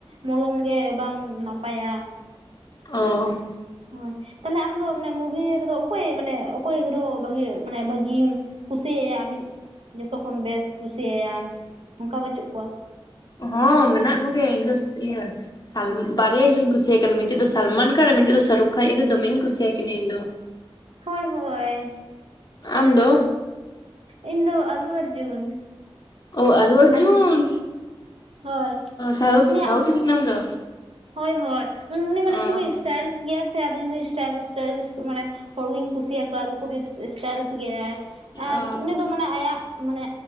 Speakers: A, on the right; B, on the left.
A: ᱢᱚᱞᱚᱝ ᱜᱮ ᱵᱟᱝ ᱱᱟᱯᱟᱭᱟ
B: ᱳ
A: ᱦᱳᱭ ᱛᱟᱦᱞᱮ ᱟᱢ ᱫᱚ ᱢᱟᱱᱮ ᱢᱩᱵᱷᱤ ᱨᱮᱫᱚ ᱚᱠᱚᱭ ᱢᱟᱱᱮ ᱚᱠᱚᱭ ᱦᱤᱨᱳ ᱵᱷᱟᱜᱤ ᱢᱟᱱᱮ ᱵᱷᱟᱹᱜᱤᱢ ᱠᱩᱥᱤᱭᱟᱭᱟᱢ ᱟᱢᱤᱡ ᱡᱚᱛᱚ ᱠᱷᱚᱱ ᱵᱮᱥ ᱠᱩᱥᱤᱭᱟᱭᱟᱢ ᱚᱱᱠᱟ ᱵᱟᱹᱪᱩᱜ ᱠᱚᱣᱟ ᱾
B: ᱦᱚᱸ ᱢᱮᱱᱟᱜ ᱠᱚᱜᱮᱭᱟ ᱤᱧᱫᱚ ᱤᱭᱟᱹ ᱥᱟᱞ ᱵᱟᱨᱭᱟᱦᱤᱨᱳᱧ ᱠᱩᱥᱤᱭᱟᱠᱤᱱ ᱠᱟᱱᱟ ᱢᱤᱫᱴᱮᱱ ᱫᱚ ᱥᱟᱞᱢᱟᱱ ᱠᱷᱟᱱ ᱟᱨ ᱢᱤᱫᱴᱮᱡ ᱫᱚ ᱥᱟᱨᱩᱠ ᱠᱷᱟᱱ ᱤᱧ ᱫᱚᱢᱮᱧ ᱠᱩᱥᱤᱭᱟᱠᱤᱱᱟ ᱤᱧ ᱫᱚ
A: ᱦᱳᱭ ᱦᱳᱭ
B: ᱟᱢ
A: ᱟᱪᱪᱷᱟ
B: ᱫᱚ
A: ᱤᱧ ᱫᱚ ᱟᱞᱩ ᱟᱨᱡᱩᱱ
B: ᱳ ᱟᱞᱩ ᱚᱨᱡᱩᱱ
A: ᱟᱨ ᱦᱳᱭ
B: ᱥᱟᱣᱩᱛ
A: ᱩᱱᱤᱭᱟᱜ
B: ᱥᱟᱣᱩᱛᱷ ᱨᱮᱱ ᱟᱢ ᱫᱚ
A: ᱦᱳᱭ ᱦᱳᱭ ᱤᱧ ᱩᱱᱤ ᱢᱟᱱᱮ
B: ᱚ
A: ᱠᱷᱩᱵᱮ ᱤᱥᱴᱟᱭᱞᱤᱥ ᱜᱮ ᱥᱮ ᱟᱫᱚᱤᱧ ᱫᱚ ᱤᱥᱴᱟᱭᱞᱤᱥ ᱤᱥᱴᱟᱭᱞᱤᱥ ᱢᱟᱱᱮ ᱦᱚᱲᱜᱤᱧ ᱠᱩᱥᱤᱭᱟᱠᱚᱣᱟ ᱟᱫᱚ ᱠᱷᱩᱵᱮ ᱤᱥᱴᱟᱭᱞᱤᱥ ᱜᱮᱭᱟᱭ ᱟᱨ
B: ᱚ
A: ᱩᱱᱤ ᱫᱚ ᱢᱟᱱᱮ ᱟᱭᱟᱜ ᱢᱟᱱᱮ